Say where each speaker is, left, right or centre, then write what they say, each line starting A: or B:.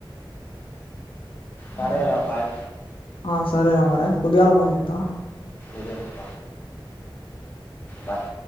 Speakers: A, on the left; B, on the left.
A: సరేరా
B: ఆ
A: బాయ్
B: ఆ సరే రా మరి పోద్దిగాలా ఫోన్ చేత్త
A: ఇదేప్ప బాయ్